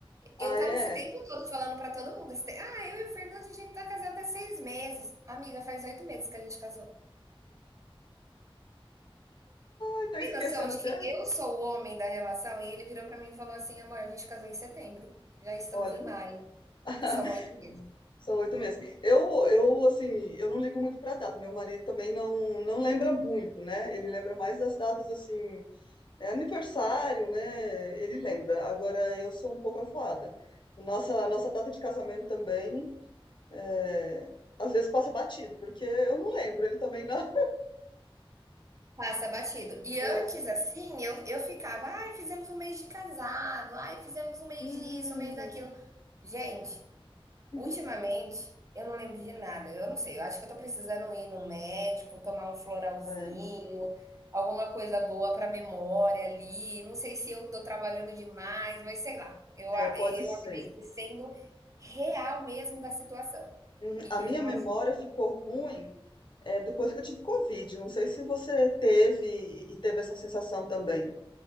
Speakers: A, on the left; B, on the right.
A: Ah,
B: Eu tava
A: é?
B: esse tempo todo falando para todo mundo, esse te- ah, eu e o Fernando, a gente tá casado há seis meses. Amiga, faz oito meses que a gente casou.
A: Ai, tá
B: Tem
A: esquecendo
B: noção de
A: até.
B: que eu sou o homem da relação? E ele virou para mim e falou assim, amor, a gente casou em setembro, já estamos
A: Olha,
B: em maio,
A: <laughs>
B: são oito meses.
A: são oito meses. Eu, eu, assim, eu não ligo muito pra data. Meu marido também não, não lembra muito, né? Ele lembra mais das datas, assim, É aniversário, né? Ele lembra. Agora eu sou um pouco avoada. Nossa, nossa data de casamento também, é, às vezes passa batido, porque eu não lembro, ele também não.
B: Passa batido. E
A: É,
B: antes, assim, eu, eu ficava, ai, fizemos um mês de casado, ai, fizemos um mês
A: hum,
B: disso, um mês daquilo. Gente,
A: <laughs> uhum,
B: Ultimamente, eu não lembro de nada. Eu não sei, eu acho que eu tô precisando ir num médico, tomar um floralzinho,
A: é,
B: alguma coisa boa pra memória ali. Não sei se eu tô trabalhando demais, mas sei lá. Eu, a-
A: é, pode
B: eu
A: ser.
B: acabei esquecendo real mesmo da situação.
A: Uhum.
B: E,
A: A minha
B: nossa.
A: memória ficou ruim, é, depois que eu tive Covid. Não sei se você teve e, e teve essa sensação também.